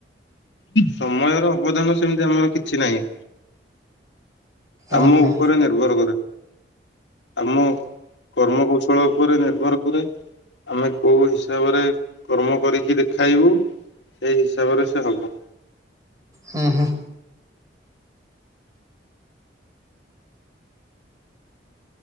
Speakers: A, on the left; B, on the right.
A: ସମୟର ଅବଦାନ ସେମିତି ଆମର କିଛି ନାହିଁ।
B: ଓହୋ
A: ଆମ ଉପରେ ନିର୍ଭର କରେ। ଆମ କର୍ମ କୌଶଳ ଉପରେ ନିର୍ଭର କରେ। ଆମେ କୋଉ ହିସାବରେ କର୍ମ କରିକି ଦେଖାଇବୁ ସେଇ ହିସାବରେ ସେ ହବ।
B: ହୁଁ ହୁଁ।